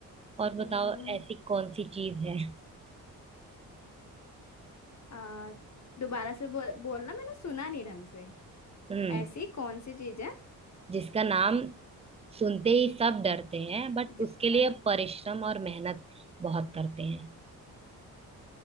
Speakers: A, on the right; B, on the left.
A: और बताओ
B: हम्म,
A: ऐसी कौन सी चीज है
B: आ, दोबारा से बोल बोलना मैंने सुना नहीं ढंग से
A: हम्म
B: ऐसी कौन सी चीज है
A: जिसका नाम सुनते ही सब डरते हैं बट
B: जिसका
A: उसके लिए
B: ना
A: परिश्रम और मेहनत बहुत करते हैं